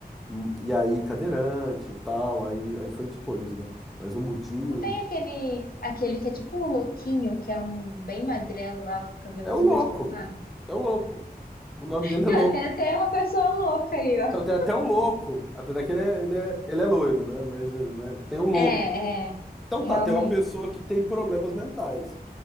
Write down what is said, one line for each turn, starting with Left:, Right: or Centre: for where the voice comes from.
Centre: Hum, E aí, cadeirante e tal, aí, aí foi depois, né? Mas o Mudinho
Left: Não tem aquele, aquele que é tipo o louquinho, que é um bem magrelo lá, com o cabelo
Centre: é
Left: tudo
Centre: o louco,
Left: espetado?
Centre: é o louco. O nome dele
Left: Viu?
Centre: é louco.
Left: Tem até uma pessoa louca aí, ó.
Centre: Então, tem até um louco, apesar que ele é, ele é, ele é loiro, né? Mas, eh, né, tem um louco.
Left: É, é,
Centre: Então
Left: realmente.
Centre: tá, tem uma pessoa que tem problemas mentais.